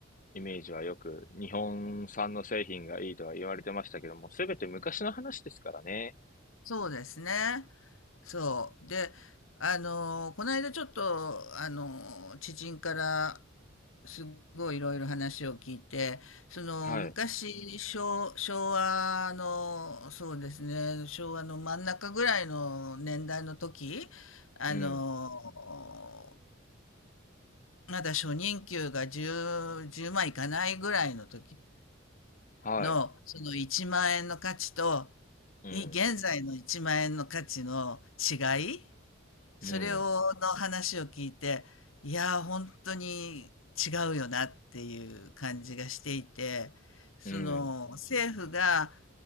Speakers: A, on the left (about 40°); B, on the left (about 85°).
A: イメージはよく日本産の製品がいいとは言われてましたけども、すべて昔の話ですからね。
B: そうですね。そう。で、あのーこの間ちょっと、あのー知人からすごいいろいろ話を聞いて、その昔、
A: はい。
B: 昭、昭和の、そうですね、昭和の真ん中ぐらいの年代の時、あの
A: うん。
B: ーまだ初任給が10、10万いかないぐらいの時
A: はい。
B: の、その1万円の価値と、
A: うん。
B: い現在の1万円の価値の違いそれを、
A: うん。
B: の話を聞いて、いやー、本当に違うよなっていう感じがしていて、その、
A: うん。
B: 政府が、